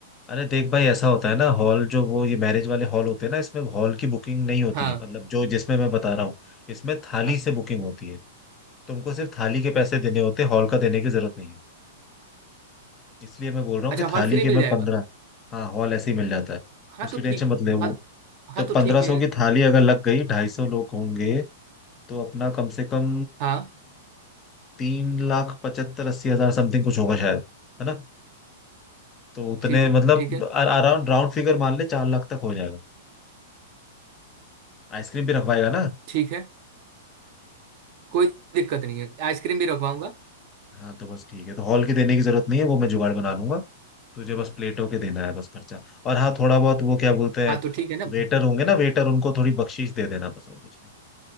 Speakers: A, on the left; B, on the right.
A: अरे देख भाई ऐसा होता है ना हॉल जो वो ये मैरिज वाले हॉल होते हैं ना इसमें हॉल की बुकिंग नहीं होती
B: हाँ
A: है मतलब जो जिसमें मैं बता रहा हूँ इसमें थाली
B: हाँ
A: से बुकिंग होती है तुमको सिर्फ थाली के पैसे देने होते हैं हॉल का देने की जरूरत नहीं है इसलिए मैं बोल रहा हूँ
B: अच्छा
A: कि थाली
B: हॉल फ्री
A: के
B: मिल
A: मैं
B: जाएगा
A: पंद्रह हाँ हॉल ऐसे ही मिल जाता है
B: हाँ
A: उसकी
B: तो
A: टेंशन
B: ठीक
A: मत ले वो
B: हाँ हाँ
A: तो
B: तो
A: पंद्रह
B: ठीक है
A: सौ
B: यार
A: की थाली अगर लग गई ढाई सौ लोग होंगे तो अपना कम से कम
B: हाँ
A: तीन लाख पचहत्तर अस्सी हजार समथिंग कुछ होगा शायद है ना तो उतने
B: ठीक है
A: मतलब
B: ठीक है
A: अराउंड राउंड फिगर मान ले चार लाख तक हो जाएगा आइसक्रीम भी रखवाएगा ना
B: ठीक है कोई दिक्कत नहीं है आइसक्रीम भी रखवाऊंगा
A: हाँ तो बस ठीक है तो हॉल की देने की जरूरत नहीं है वो मैं जुगाड़ बना लूंगा तुझे बस प्लेटों के देना है बस खर्चा और हाँ थोड़ा बहुत वो क्या बोलते
B: हाँ
A: हैं
B: तो ठीक है ना
A: वेटर होंगे ना वेटर उनको थोड़ी बख्शीश दे देना बस और कुछ नहीं